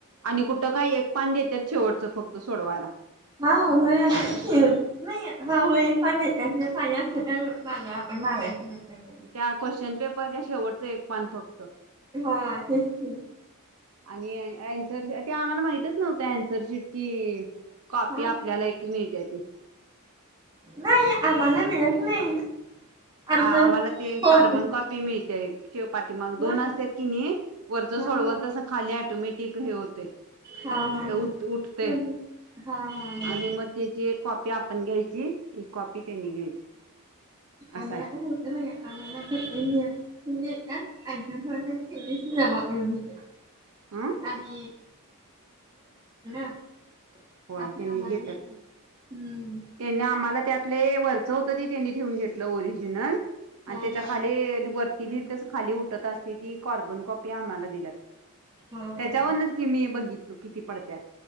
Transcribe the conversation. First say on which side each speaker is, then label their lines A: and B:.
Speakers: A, on the right; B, on the right.
A: आणि कुठं काय एक पान देतात शेवटचं फक्त सोडवायला
B: हा व अस नाही हा एक पान देते पाहिजे असले तर मागा पण मागायच नाही. तर नाही.
A: त्या क्वेश्चन पेपरच्या शेवटचं एक पान फक्त
B: हा, तेच की
A: आणि अन्सरश ते आम्हाला माहितच नव्हत्या अन्सरशिप कि कॉपी
B: हा
A: आपल्याला एक मिळते ती.
B: नाही आम्हाला मिळत नाही. आमचं
A: आम्हाला ते
B: होम
A: कार्बन कॉपी मिळते. एक पाठीमाग दोन
B: होय
A: असत की नाही वरच
B: हा
A: सोडवल
B: हा
A: तस खाली ऑटोमॅटिक ती खाली
B: हा हा हा
A: उठ उठतय
B: म्हणजे हा हा हा
A: आणि मग त्याची एक कॉपी आपण घ्यायची. एक कॉपी त्यांनी घ्यायची. असा
B: आमला
A: आहे.
B: नाही आम्हाला <unintelligible> अन्सार शीट जमा करून घेतात
A: हं
B: आणि <unintelligible>
A: होय
B: आपण
A: त्यांनी
B: आम्हाला
A: घेत
B: देतात
A: त्यांनी
B: हम्म
A: आम्हाला त्यात वरच होत ते त्यांनी ठेवून घेतलं ओरिजिनल आणि
B: हा
A: त्याच्या
B: हा
A: खाली ति लि खाली उठत असते ती कारॉ्बन कॉपी आम्हाला दिल्यात
B: हा
A: त्याच्यावरनच
B: हा
A: की मी बघितलो किती पडत्यात